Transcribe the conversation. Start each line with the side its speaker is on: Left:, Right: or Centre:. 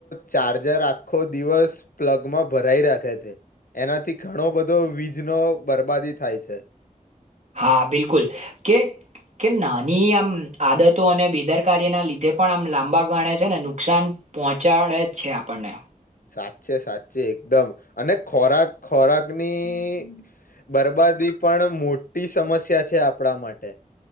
Left: ચાર્જર આખો દિવસ પ્લગમાં ભરાઈ રાખે છે. એનાથી ઘણો બધો વીજનો બરબાદી થાય છે.
Right: હા બિલકુલ કે કે નાની આમ આદતો અને બેદરકારીના લીધે પણ આમ લાંબા ગાળે છે ને નુકસાન પહોંચાડે છે. આપડને.
Left: સાચે સાચે એકદમ અને ખોરાક ખોરાકની બરબાદી પણ મોટી સમસ્યા છે. આપડા માટે.